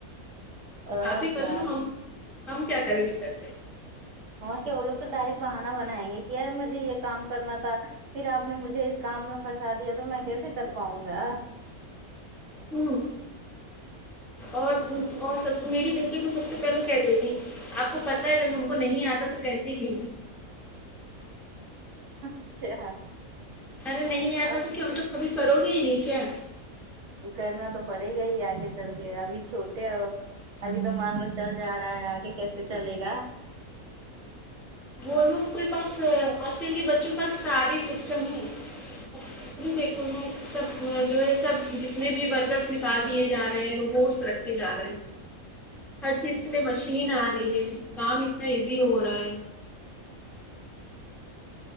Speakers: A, on the right (about 60°); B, in the centre.
A: اور
B: آپ ہی کرلو
A: کیا
B: ہم ہم کیا کریں گے کر کے
A: ہاں کیا وہ لوگ تو ڈائریکٹ بہانا بنائیں گے کہ یار مجھے یہ کام کرنا تھا پھر آپ نے مجھے اس کام میں پھنسا دیا تو میں کیسے کر پاؤں گا
B: ہوں اور اور سب میری بیٹی تو سب سے پہلے کہہ دے گی آپ کو پتا ہے جب ان کو نہیں آتا تو کہتی کیوں ہے
A: اچھا
B: ارے نہیں آتا
A: اب
B: تو کیا مطلب کبھی کرو گے ہی نہیں کیا
A: کرنا تو پڑے گا ہی آگے چل کے ابھی چھوٹے ہو ابھی تو مان لو چل جا رہا ہے آگے کیسے چلے گا
B: وہ لوگ کے پاس آج کل کے بچوں کے پاس سارے سسٹم ہیں دیکھو ن سب جو ہے سب جتنے بھی ورکرس نکال دیے جا رہے ہیں روبٹس رکھے جا رہے ہیں ہر چیز کے لیے مشین آ رہی ہے کام اتنا ایزی ہو رہا ہے